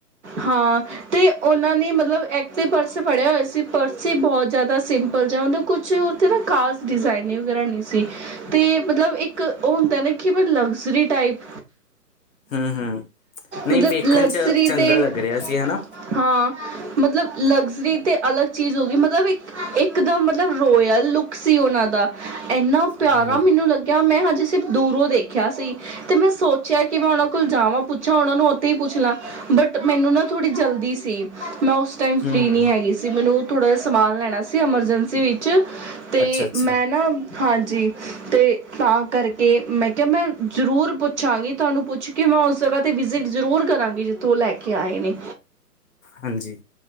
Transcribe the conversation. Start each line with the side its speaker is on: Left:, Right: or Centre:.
Right: ਹਾਂ, ਤੇ ਉਹਨਾਂ ਨੇ ਮਤਲਬ ਐ ਤੇ ਪਰਸ ਫੜਿਆ ਹੋਇਆ ਸੀ, ਪਰਸ ਸੀ ਬਹੋਤ ਜਾ਼ਦਾ ਸਿੰਪਲ ਜਾਂ ੳੰਦਾ ਕੁਛ ਵੀ ੳਦੇਤੇ ਨਾ ਖਾਸ ਡਿਜ਼ਾਇਨਿੰਗ ਵਗੈਰਾ ਨਈ ਸੀ। ਤੇ ਮਤਲਬ ਇੱਕ ਉਹ ਹੁੰਦਾ ਨਾ ਕਿ ਮੈਂ ਲਗਜ਼ਰੀ ਟਾਈਪ
Left: ਹੂੰ- ਹੂੰ ਨਹੀਂ
Right: ਮਤਲਬ
Left: ਵੇਖਣ
Right: ਲਗਜ਼ਰੀ
Left: ਚ ਚੰਗਾ
Right: ਅਤੇ
Left: ਲੱਗ ਰਿਹਾ ਸੀ ਹੈਨਾ।
Right: ਹਾਂ, ਮਤਲਬ ਲਗਜ਼ਰੀ ਤੇ ਅਲੱਗ ਚੀਜ਼ ਹੋ ਗਈ ਮਤਲਬ ਇੱਕ ਇੱਕਦਮ ਮਤਲਬ ਰੋਇਲ ਲੁੱਕ ਸੀ ਉਹਨਾਂ ਦਾ। ਏਨਾ ਪਿਆਰਾ
Left: ਹੂੰ ਹੂੰ
Right: ਮੈਨੂੰ ਲੱਗਿਆ ਮੈਂ ਹਜੇ ਸਿਰਫ ਦੂਰੋਂ ਦੇਖਿਆ ਸੀ। ਤੇ ਮੈਂ ਸੋਚਿਆ, ਕਿ ਮੈਂ ਉਹਨਾਂ ਕੋਲ ਜਾਵਾਂ ਪੁੱਛਾਂ ਉਹਨਾਂ ਨੂੰ ਉੱਥੇ ਹੀ ਪੁੱਛ ਲਾਂ ਬਟ ਮੈਨੂੰ ਨਾ ਥੋੜੀ ਜਲਦੀ ਸੀ। ਮੈਂ ਉਸ ਟਾਈਮ
Left: ਹੂੰ
Right: ਫਰੀ ਨੀ
Left: ਹੂੰ
Right: ਹੈਗੀ ਸੀ ਮੈਨੂੰ ਥੋੜਾ ਜ ਸਮਾਨ ਲੈਣਾ ਸੀ ਐਮਰਜੈਂਸੀ ਵਿੱਚ। ਤੇ
Left: ਅੱਛਾ ਅੱਛਾ
Right: ਮੈਂ ਨਾ, ਹਾਂਜੀ। ਤੇ ਤਾਂ ਕਰਕੇ ਮੈਂ ਕਿਹਾ ਮੈਂ ਜ਼ਰੂਰ ਪੁੱਛਾਂਗੀ ਤੁਹਾਨੂੰ ਪੁੱਛ ਕਿ ਮੈਂ ਉਸ ਜਗਾ 'ਤੇ ਵਿਜ਼ਿਟ ਜ਼ਰੂਰ ਕਰਾਂਗੀ ਜਿੱਥੋਂ ਔ ਲੈ ਕੇ ਕੇ ਆਏ ਨੇ
Left: ਹਾਂਜੀ